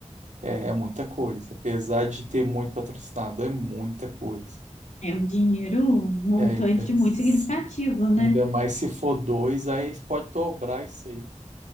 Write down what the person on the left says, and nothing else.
É um dinheiro, um montante
muito
significativo, né?